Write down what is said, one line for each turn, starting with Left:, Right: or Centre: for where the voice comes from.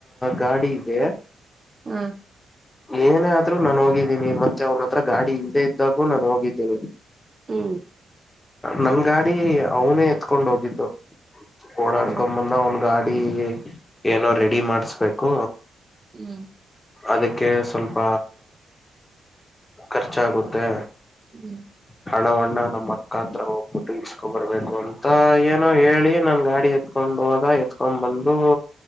Left: ಗಾಡಿಗೆ
Right: ಹ್ಮ.
Left: ಏನೇ ಆದ್ರೂ ನಾನ ಹೋಗಿದ್ದೀನಿ ಮತ್ತೆ ಅವನ ಹತ್ರ ಗಾಡಿ ಇಲ್ಲದೇ ಇದ್ದಾಗೂ ನಾನ ಹೋಗಿದ್ದೀನಿ.
Right: ಹ್ಮ.
Left: ನನ್ ಗಾಡಿ ಅವನೇ ಎತ್ಕೊಂಡ ಹೋಗಿದ್ದು ಓಡಾಡ್ಕೊಂಡ
Right: ಹ್ಮ್
Left: ಬಂದ ಅವ್ನ ಗಾ ಡಿ ಏನೋ ರೆಡಿ ಮಾಡಸ್ಬೇಕು.
Right: ಹ್ಮ.
Left: ಅದಿಕ್ಕೆ ಸ್ವಲ್ಪ ಖರ್ಚಾಗುತ್ತೆ.
Right: ಹ್ಞ.
Left: ಹಣವನ್ನ ನಮ್ಮ ಅಕ್ಕ ಹತ್ರ ಹೋಗ್ಬಿಟ್ಟು ಇಸ್ಕೊ ಬರ್ಬೇಕು ಅಂತ ಏನೋ ಹೇಳಿ ನನ್ನ ಗಾಡಿ ಎತ್ತ ಕತ್ಕೊಂಡ ಹೋದ ಎತ್ಕೊಂಡ್ ಬಂದು